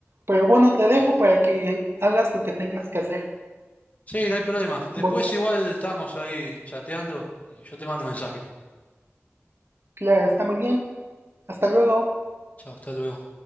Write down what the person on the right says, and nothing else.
Pero bueno, te dejo para que hagas lo que tengas que hacer.
Bueno,
claro, está muy bien. Hasta luego.